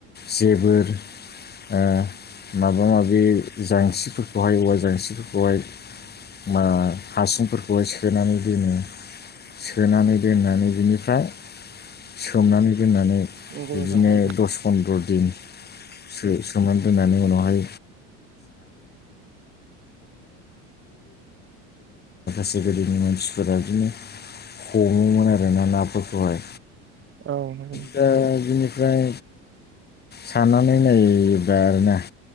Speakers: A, on the left; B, on the right.
A: जेबोर ओ माबा माबि जांसिरिफोरखौहाय औवा जांसिरिफोरखौहाय मा हासुंफोरखौ बेहाय सोनानै दोनो सोनानै दोननानै बिनिफ्राय सोमनानै दोननानै
B: नंगौ
A: बिदिनो
B: नोंथां थारैनो
A: दस सन्द्र दिन <unintelligible> सोमनानै दोननानै उनावहाय सारो <unintelligible> हमोमोन आरोना नाफोरखौहाय
B: औ नंगौ नोंथां
A: दा बिनिफ्राय साननानै नायबाय आरोना